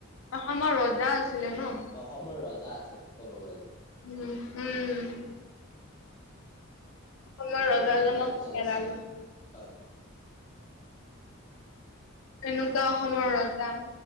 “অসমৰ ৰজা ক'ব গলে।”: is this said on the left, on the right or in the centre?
Left